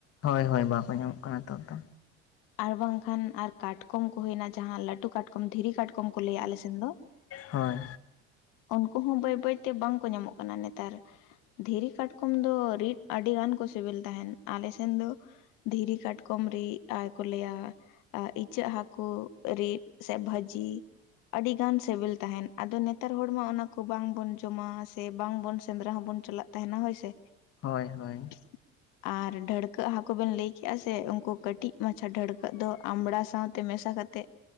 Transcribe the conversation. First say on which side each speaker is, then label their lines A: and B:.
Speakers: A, on the left; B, on the left.
A: ᱦᱳᱭ ᱦᱳᱭ ᱵᱟᱠᱚ ᱧᱟᱢᱚᱜ ᱠᱟᱱᱟ ᱱᱤᱛᱚᱜ ᱫᱚ᱾
B: ᱟᱨ ᱵᱟᱝᱠᱷᱟᱱ ᱟᱨ ᱠᱟᱴᱠᱚᱢ ᱠᱚ ᱦᱩᱭᱱᱟ ᱡᱟᱦᱟᱸ ᱞᱟᱹᱴᱩ ᱠᱟᱴᱠᱚᱢ ᱫᱷᱤᱨᱤ ᱠᱟᱴᱠᱚᱢ ᱠᱚ ᱞᱟᱹᱭᱟ ᱟᱞᱮᱥᱮᱱ ᱫᱚ᱾
A: ᱦᱳᱭ᱾
B: ᱩᱱᱠᱩ ᱦᱚᱸ ᱵᱟᱹᱭ ᱵᱟᱹᱭ ᱛᱮ ᱵᱟᱝᱠᱚ ᱧᱟᱢᱚᱜ ᱠᱟᱱᱟ ᱱᱮᱛᱟᱨ᱾ ᱫᱷᱤᱨᱤ ᱠᱟᱴᱠᱚᱢ ᱫᱚ ᱨᱤᱫᱽ ᱟᱹᱰᱤ ᱜᱟᱱ ᱠᱚ ᱥᱤᱵᱤᱞ ᱛᱟᱦᱮᱱ ᱟᱞᱮ ᱥᱮᱱ ᱫᱚ ᱫᱷᱤᱨᱤ ᱠᱟᱴᱠᱚᱢ ᱨᱤᱜ ᱟᱨ ᱠᱚ ᱞᱟᱹᱭᱟ ᱟ ᱤᱪᱟᱹᱜ ᱦᱟᱠᱳ ᱨᱤᱫᱽ ᱥᱮ ᱵᱷᱟᱹᱡᱤ ᱟᱹᱰᱤ ᱜᱟᱱ ᱥᱮᱵᱮᱞ ᱛᱟᱦᱮᱱ ᱟᱫᱚ ᱱᱮᱛ ᱱᱮᱛᱟᱨ ᱦᱚᱲ ᱢᱟ ᱚᱱᱟ ᱠᱚ ᱵᱟᱝᱵᱚᱱ ᱡᱚᱢᱟ ᱥᱮ ᱵᱟᱝ ᱵᱚᱱ ᱥᱮᱸᱫᱽᱨᱟ ᱦᱚᱸᱵᱚᱱ ᱪᱟᱞᱟᱜ ᱛᱟᱦᱮᱱᱟ ᱦᱳᱭᱥᱮ᱾
A: ᱦᱳᱭ ᱦᱳᱭ᱾
B: <unintelligible> ᱟᱨ ᱰᱷᱟᱹᱲᱠᱟᱹᱜ ᱦᱟᱠᱳ ᱵᱮᱱ ᱞᱟᱹᱭ ᱠᱮᱜᱼᱟ ᱥᱮ ᱩᱱᱠᱩ ᱠᱟᱹᱴᱤᱡ ᱢᱟᱪᱷᱟ ᱰᱷᱟᱹᱲᱠᱟᱹᱜ ᱫᱚ ᱟᱢᱲᱟ ᱥᱟᱶ ᱛᱮ ᱢᱮᱥᱟ ᱠᱟᱛᱮᱜ